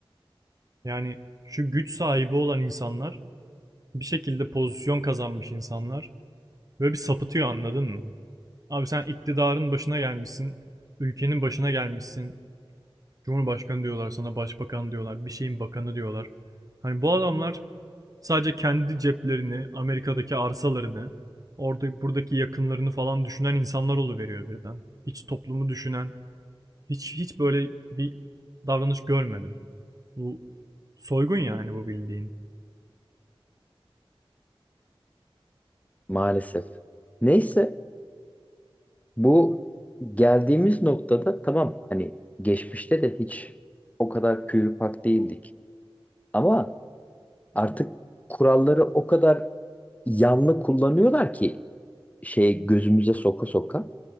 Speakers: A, on the right; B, on the left.
A: Yani şu güç sahibi olan insanlar Bir şekilde pozisyon kazanmış insanlar. Böyle bir sapıtıyor anladın mı? Abi sen iktidarın başına gelmişsin. Ülkenin başına gelmişsin. Cumhurbaşkanı diyorlar sana, başbakan diyorlar, bir şeyin bakanı diyorlar. Hani bu adamlar sadece kendi ceplerini, Amerika'daki arsalarını, orada buradaki yakınlarını falan düşünen insanlar oluveriyor birden. Hiç toplumu düşünen, hiç hiç böyle bir davranış görmedim. Bu soygun yani bu bildiğin.
B: maalesef. Neyse Bu geldiğimiz noktada tamam hani geçmişte de hiç o kadar pak değildik. Ama artık kuralları o kadar yanlı kullanıyorlar ki şeye gözümüze soka soka.